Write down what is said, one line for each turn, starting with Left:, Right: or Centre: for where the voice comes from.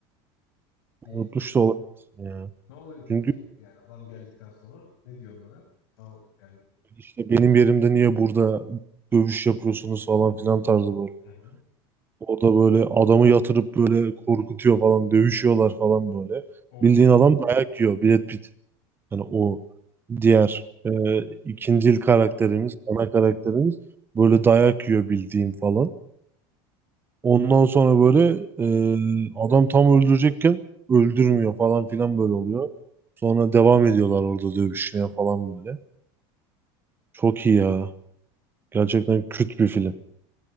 Left: İyi,
Right: unutmuş
Left: iyi.
Right: da olabilirsin ya.
Left: Ne oluyor peki?
Right: Çünkü
Left: Yani adam geldikten sonra ne diyor onlara? Ne o- Yani
Right: işte benim yerimde niye burada dövüş yapıyorsunuz falan filan tarzı böyle.
Left: hı hı.
Right: O da böyle adamı yatırıp böyle korkutuyor falan, dövüşüyorlar falan böyle.
Left: Oo,
Right: Bildiğin adam dayak yiyor. Brad Pitt. Yani o diğer e, ikinci karakterimiz,
Left: aynen.
Right: ana karakterimiz böyle dayak yiyor bildiğim falan. Ondan sonra böyle e, adam tam öldürecekken öldürmüyor falan filan böyle oluyor. Sonra devam ediyorlar orada dövüşmeye falan böyle. Çok iyi ya. Gerçekten küt bir film.